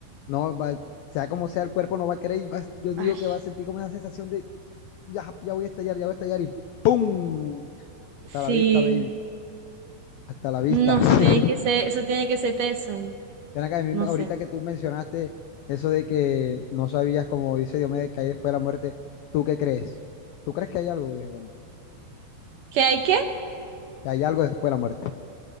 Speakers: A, on the left (about 85°); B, on the right (about 65°).
A: no, va- sea como sea, el cuerpo no va a querer y vas- yo digo
B: ay,
A: que va a sentir como esa sensación de ya, ya voy a estallar, ya voy a estallar y pum, hasta
B: sí,
A: la vista, baby, hasta la vista.
B: no,
A: <laughs>
B: eso tiene que ser, eso tiene que ser teso,
A: Ven acá, a mí
B: no
A: me- ahorita
B: sé.
A: que tú mencionaste eso de que no sabías, como dice Diomedes, que hay después de la muerte, ¿tú qué crees? ¿Tú crees que hay algo, Diego?
B: Que hay que
A: ¿Que hay algo después de la muerte?